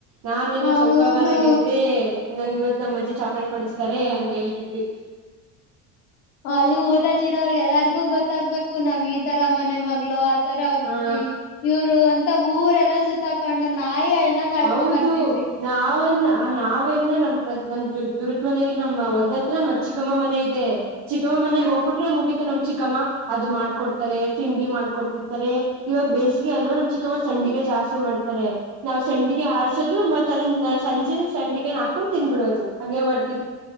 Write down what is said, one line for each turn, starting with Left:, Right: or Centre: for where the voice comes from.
Right: ನಾನ್ ನಿನ್ನೆ
Left: ಹೌದು
Right: ಚೌಕಾ ಬರಾಗ ಗೆದ್ದೆ ನಂಗಗೆ ಇವತ್ ನಮ್ಮ್ ಚಾಕ್ಲೇಟ್ ಕೊಡಿಸ್ತಾರೆ ಅಂತ ಹೇಳ್ತಿದ್ವಿ
Left: ಅಲ್ಲಿ ಊರಲ್ಲಿ ಇರೋ ಎಲ್ಲಾರಿಗೂ ಗೊತ್ತಾಗ್ಬೇಕು ನಾವ್ ಈ ತರ ಮನೆ ಮಗಳು ಅವ್ರ
Right: ಹಾ
Left: ಇವರು ಅಂತ ಊರೆಲ್ಲ ಸುತ್ತಕೊಂಡು ನಾಯಿ ಅಳ್ದಂಗ ಅಳ್ಕೊಂಡ್
Right: ಹೌದು
Left: ಬರ್ತಿದ್ವಿ
Right: ನಾವನ್ನ ನಾವೆನ್ನ ನಪ ನಮ್ದ ದುರದ ಮನೇಲಿ ನಮ್ಮ ಹೊಲ್ದತ್ರ ಮ ಚಿಕ್ಕಮ್ಮ ಮನೆ ಇದೆ ಚಿಕ್ಕಮ್ಮ ಮನೆಗ್
Left: ಹ್ಮ್
Right: ಹೋಗ್ಬಟ್ರೆ ಮುಗಿತತಿ ನಮ ಚಿಕ್ಕ ಚಿಕ್ಕಮ್ಮ ಅದು ಮಾಡ್ಕೊಡ್ತಾರೆ ತಿಂಡಿ ಮಾಡ್ಕೊಡ್ತಿರ್ತಾರೆ ಇವಾಗ ಬೇಸಿಗೆ ಅಲ್ವಾ ನಮ್ ಚಿಕ್ಕಮ್ಮ ಸಂಡಿಗೆ ಜಾಸ್ತಿ ಜಾಸ್ತಿ ಮಾಡ್ತಾರೆ ಸಂಡಿಗೆ
Left: ಹ್ಮ್
Right: ಆರ್ಸೋದು ಮತ್ತತ್ ಅದನ್ನ ಸಂಜೆ ಸಂಡಿಗೆನ್ ಹಾಕೊಂಡು ತಿನ್ಬಿಡೋದು ಹಂಗೆ ಬರ್ತ